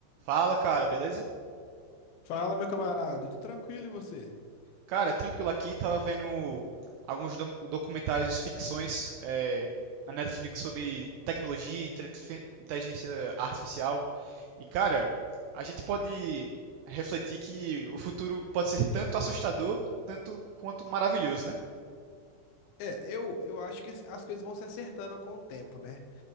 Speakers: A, on the right; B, on the left.
A: Fala, cara, beleza?
B: Fala, meu camarada, tô tranquilo e você?
A: Cara, é tranquilo aqui, tava vendo alguns do- documentários, ficções é, na Netflix sobre tecnologia, intelife- inteligência artificial. E, cara, a gente pode refletir que o futuro pode ser tanto assustador, tanto quanto maravilhoso, né?
B: É, eu, eu acho que as coisas vão se acertando com o tempo, né?